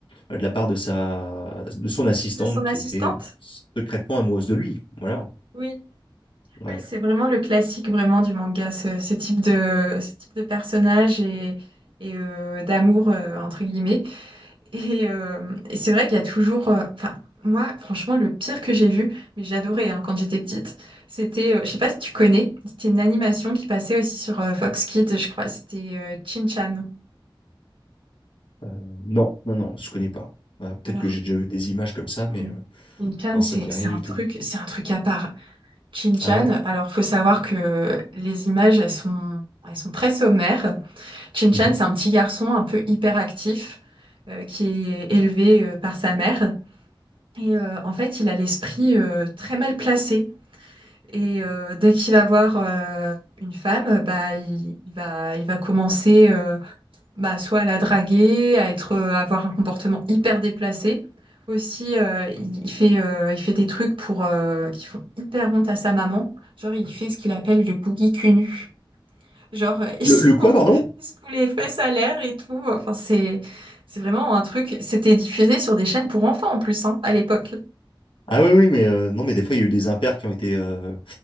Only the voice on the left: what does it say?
euh, de la part de sa, de son assistante
qui
était bah, secrètement amoureuse de lui. Voilà.
Ouais.
Euh, non, non, non, je connais pas. Ah, peut-être
que j'ai déjà vu des images comme ça, mais.
euh,
Non,
ça me dit
rien
du
tout.
Ah ouais?
Mhm.
Le,
le quoi, pardon?
Ah oui, oui, mais euh, non, mais des fois, il y a eu des impairs qui ont été, euh,